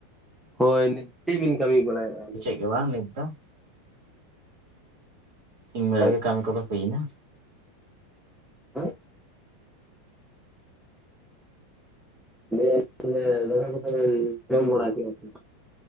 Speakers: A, in the centre; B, on the right (about 50°).
A: ᱦᱳᱭ ᱪᱮᱫ ᱵᱤᱱ ᱠᱟᱹᱢᱤ ᱵᱟᱲᱟᱭᱮᱜᱼᱟ
B: ᱪᱮ ᱵᱟᱝ ᱱᱤᱛ ᱫᱚ ᱥᱤᱧ ᱵᱮᱲᱟ
A: ᱦᱳᱭ
B: ᱜᱮ ᱠᱟᱹᱢᱤ ᱠᱚᱫᱚ ᱦᱩᱭ ᱱᱟ
A: ᱦᱮᱸ <unintelligible> <inaudible> ᱤᱭᱟᱹ <inaudible> ᱡᱚᱢ ᱵᱟᱲᱟ ᱠᱮᱜᱼᱟ ᱥᱮ